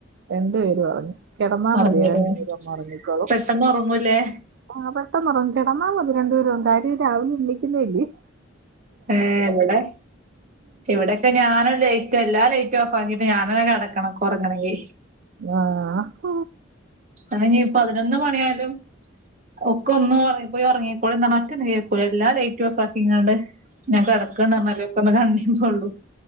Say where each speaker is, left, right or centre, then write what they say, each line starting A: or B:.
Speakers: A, on the right; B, on the right.
A: രണ്ടു പേരും ഒറങ്ങി കെടന്നാ
B: ഉറങ്ങില്ലേ
A: മതി രണ്ടു പേരും അങ്ങ് ഒറങ്ങിക്കോളും
B: പെട്ടെന്ന് ഉറങ്ങൂലേ
A: ആഹ് പെട്ടെന്നൊറങ്ങും കെടന്നാ മതി രണ്ടപേരും കാര്യം രാവിലെ എണ്ണിക്കുന്നല്ലി-
B: ഏഹ് ഇവിടെ ഇവിടെ- ഇപ്പ ഞാനും ലേറ്റ് എല്ലാ ലേറ്റ് ഓഫ് ആക്കിയിട്ട് ഞാനനെ കിടക്കണം ഉറങ്ങണെങ്കിൽ
A: ആഹ്
B: അതിനി പതിനൊന്ന് മണിയായാലും ഒക്കെ ഒന്നും ഒറ പോയി ഒറങ്ങിക്കോളി ന്ന് പറഞ്ഞാ ഒറ്റൊന്നും കേക്കൂല എല്ലാ ലൈറ്റും ഓഫാക്കിങ്ങാണ്ട് ഞാൻ കെടക്കാന്ന് പറഞാലേ പ്പം ഒന്ന് കണീ പോള്ളൂ